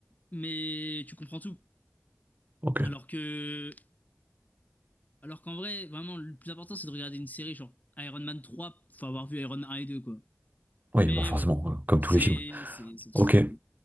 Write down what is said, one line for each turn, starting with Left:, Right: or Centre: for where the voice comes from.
Left: Mais tu comprends tout.
Right: ok.
Left: Alors que, alors qu'en vrai, vraiment, le plus important, c'est de regarder une série, genre Iron Man 3, faut avoir vu Iron Man 1 et 2, quoi.
Right: Oui,
Left: Mais
Right: bah forcément,
Left: ouais,
Right: euh, comme
Left: c'est,
Right: tous les films.
Left: c'est, c'est trop,
Right: Ok.
Left: trop cool.